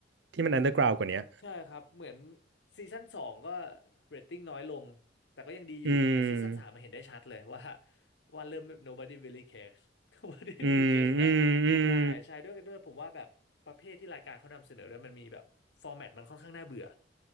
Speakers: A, on the right; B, on the left.
A: ที่มัน underground กว่าเนี้ย
B: ใช่ครับเหมือนซีซั่นสองก็เรตติ้งน้อยลงแต่ก็ยังดีอยู่แต่ซีซั่นสามมาเห็นได้ชัดเลย
A: อืม
B: <laughs> ว่าว่าเริ่ม nobody really cares <laughs> nobody
A: อืมอืมอืม
B: will just แบบใช่ใช่ด้วยด้วยผมว่าแบบประเภทที่รายการเขานำเสนอด้วยมันมีแบบฟอร์แมตมันค่อนข้างน่าเบื่อ